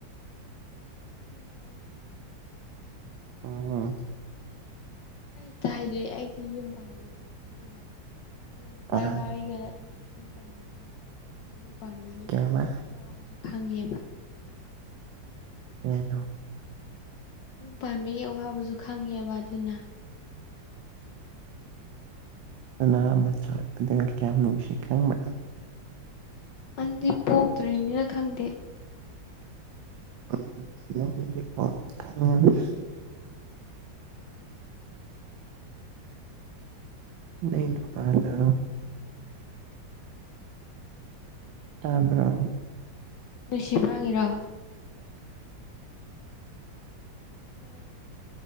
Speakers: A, on the left; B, on the right.
A: ꯈꯪꯏꯗ ꯑꯩꯁꯨ
B: ꯑꯣ
A: ꯑꯩꯗ ꯍꯥꯏꯗꯦ ꯑꯩꯗꯤ ꯌꯨꯝ ꯄꯥꯜꯂꯦꯅ ꯑꯗꯨꯅ ꯑꯩ ꯅꯨꯄꯥꯒ
B: ꯑ
A: ꯑꯩꯒ ꯌꯨꯝ ꯄꯥꯟꯜꯂꯅꯤꯅ ꯌꯨꯝ ꯄꯥꯟꯕꯒꯤ
B: ꯀꯩꯕ
A: ꯑꯋꯥꯕꯁꯨ ꯐꯪꯉꯦꯕ
B: <unintelligible>
A: ꯌꯨꯝ ꯄꯥꯟꯕꯒꯤ ꯑꯋꯥꯕꯁꯨ ꯈꯪꯉꯦꯕ ꯑꯗꯨꯅ
B: ꯀꯅꯥ ꯃꯆꯥꯅ ꯀꯌꯥꯝ ꯅꯨꯡꯁꯤ ꯈꯪꯕ꯭ꯔꯥ
A: ꯑꯗꯨꯗꯤ ꯄꯣꯛꯇ꯭ꯔꯤꯕꯅꯤꯅ ꯈꯪꯗꯦ
B: <unintelligible> ꯅꯩ ꯅꯨꯄꯗꯥ
A: ꯑꯩ ꯅꯨꯄꯥꯗꯣ
B: ꯇꯥꯕ꯭ꯔꯣ
A: ꯑꯩꯅ ꯌꯥꯝ ꯅꯨꯡꯁꯤꯕꯅꯥꯡꯉꯤꯔꯣ ꯀꯩꯍꯥꯏꯅꯣ